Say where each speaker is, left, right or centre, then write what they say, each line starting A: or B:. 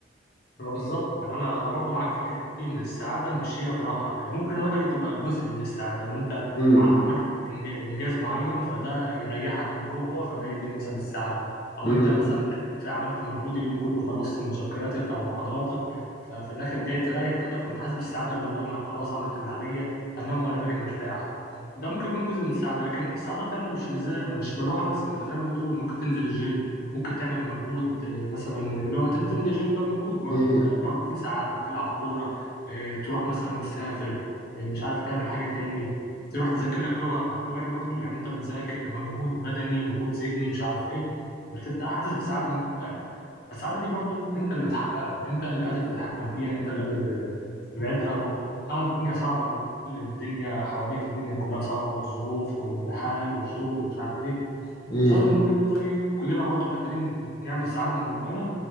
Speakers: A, on the left (about 55°); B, on the left (about 25°).
A: ما بالظبط يعني انا انا برضو معاك في الحته دي ان السعاده مش هي الراحه يعني ممكن الراحه دي تبقى جزء من السعاده ان انت
B: امم
A: ع- عملت إنج- انجاز معين فده يريحك من جوه فده يديك مثلا السعاده او
B: امم
A: انت مثلا تعبت عملت مجهود اليوم كله خلصت مذكراتك او محاضراتك ففي الاخر جاي تريح كده فانت حاسس بالسعاده اللي هو انا خلاص عملت اللي عليا انام وانا بالي مرتاح ده ممكن يكون جزء من السعاده لكن السعاده فعلا مش مش زي مش بالراحه بس انت زي ما بتقول ممكن تنزل الجيم ممكن تعمل مجهود آه، مثلا اللي هو ت- تنزل الجيم ده مجهود برضو
B: امم
A: ده برضو في سعادة تلعب كورة آه، تروح مثلا تسافر آه، مش عارف تعمل حاجة تاني تروح تذاكر لك لغة اللغة دي برضو يعني انت بتذاكر مجهود بدني مجهود ذهني مش عارف ايه بس انت حاسس بسعادة من جواك فالسعادة دي برضو انت اللي بتحققها انت اللي قادر تتحكم فيها انت اللي قادر آه، تبعدها و- اه الدنيا صعبة من كل الدنيا حواليك الدنيا كلها صعبة والظروف والحال والشغل ومش عارف ايه
B: امم
A: بس انا من وجهة نظري كلنا برضو قادرين نعمل سعادة من جوانا